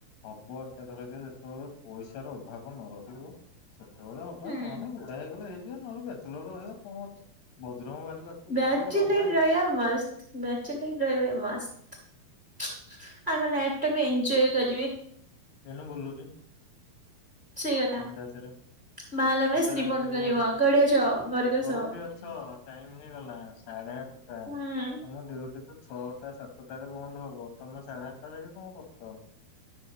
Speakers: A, on the left; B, on the right.
A: ହବ ଏକାଥରକେ ଯେତବେଳେ ପଇସାର ଅଭାବ ନ ରହିବ। ସେତେବେଳେ ହବା
B: ହୁଁ।
A: ନହେଲେ ବୁଢା ହେଇଗଲେ ହେଇଯିବା ନହେଲେ ଦେ ଚଲର ରହିବା କଣ ଅଛି ବଜରଙ୍ଗ ବାଲି ପାଖକୁ।
B: ବ୍ୟାଚଲର
A: ପଳେଇବା ବାବା ହେଇ
B: ରହିଆ ମସ୍ତ ବ୍ୟାଚଲର ରହିବେ ମସ୍ତ। ଆର ଲାଇଫ ଟା ବି ଏନଜୟ କରିବି।
A: ଏଇନେ ବୁଲୁଚି
B: ସେଇ କଥା
A: ବିନ୍ଦାସରେ।
B: ବାହାହେଲା ପରେ
A: ପଦାରେ
B: ସ୍ତ୍ରୀ ଫୋନ
A: ଆସିକି
B: କରିବ
A: ବସିଛି
B: କୁଆଡେ ଅଛ ଘରକୁ ଆସ
A: କୋଉଠି ଅଛ? ଟାଇମ ହେଇଗଲା ସାଢେ ଆଠଟା
B: ହୁଁ।
A: ତମ ଡିୟୁଟି ତ ଛଅଟା ସାତଟାରେ ବନ୍ଦ ହବ ତମେ ସାଢେ ଆଠଟା ଯାଙ୍କେ କଣ କରୁଛ?